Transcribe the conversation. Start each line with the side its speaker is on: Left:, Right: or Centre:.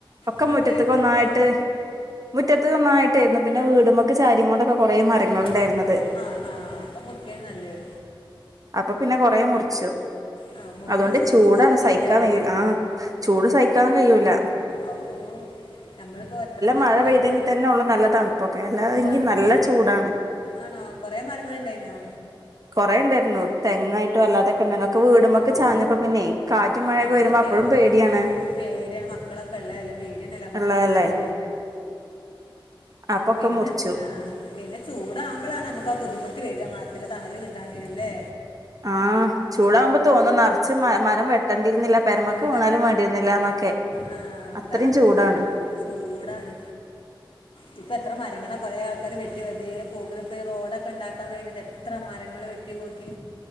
Right: ഒക്കെ
Left: അതെന്തേ
Right: മുറ്റത്തിക്ക്
Left: മുറുക്ക്
Right: ഒന്നായിട്ട് മുറ്റത്തുന്നായി പിന്നെ വീടുമ്മൊക്കെ ചാരി കൊണ്ടൊക്കെ കൊറേ മരങ്ങളുണ്ടായിരുന്നത്
Left: ആ ആ ആ അപ്പൊ മുറിക്കാണ് നല്ലത്
Right: അപ്പൊ പിന്നെ കൊറേ മുറിച്ചു
Left: ആ മുറിക്കുമ്പോ
Right: അതൊണ്ട്
Left: ചൂട്
Right: ചൂടാണ്
Left: കൂടും
Right: സഹിക്കാൻ
Left: ചെയ്യൂലേ
Right: കയൂ ആഹ് ചൂട് സഹിക്കാൻ കയൂല
Left: ആവൂ നമ്മളിപ്പോ എത്ര മരങ്ങളൊക്കെ
Right: മഴ പെയ്തെങ്കിൽ
Left: ആ
Right: തന്നെ ഉള്ളു നല്ല തണുപ്പൊക്കെ അല്ല എങ്കിൽ
Left: തണുപ്പ്
Right: നല്ല ചൂടാണ്
Left: ആണോ കൊറേ മരങ്ങളിണ്ടായിനോ
Right: കുറെ ഉണ്ടായിരുന്നു തെങ്ങായിട്ടും അല്ലാതൊക്കെ ഉണ്ടായി കേ വീടുമ്മക്
Left: അയ്യോ
Right: ചാഞ്ഞപ്പോ പിന്നെ കാറ്റുമമഴയൊക്കെ
Left: ആ അത്
Right: വരുമ്പോ
Left: പേ
Right: അപ്പോഴും പേടിയാണ്
Left: പേടിയാണ് മക്കളൊക്കെള്ള അല്ലെ പേട നിലമൊക്ക
Right: ഉള്ളതല്ലേ
Left: ആയാലും
Right: അപ്പൊക്കെ
Left: പിന്നെ
Right: മുറിച്ചു
Left: ആഹ് പിന്നെ ചൂടാവുമ്പളാണ് നമുക്കാ ആ ബുദ്ധിമുട്ട് വരിക മര്ത്തിന്റെ തണല് കിട്ടാൻല്ലേ
Right: ആഹ് ചൂടകുമ്പോ തോന്നും നറച്ച് മ മരം വെട്ടേണ്ടിരുന്നില്ല പെരമക്ക്
Left: മര
Right: വീണാലും വേണ്ടിയിരുന്നില്ല ന്നൊക്കെ
Left: ആ അതാണ്
Right: അത്രയും ചൂടാണ്
Left: ചൂടാണ് പ്പൾ എത്ര മരങ്ങളാ കൊറെ ആൾക്കാർ വെട്ടി വെർദേ പോകുന്നത് ഇപ്പോ റോഡൊക്കെ ണ്ടാക്കാൻ വേണ്ടിട്ട് എത്ര മരങ്ങള് വെ ട്ടിയ് വാ ക്കി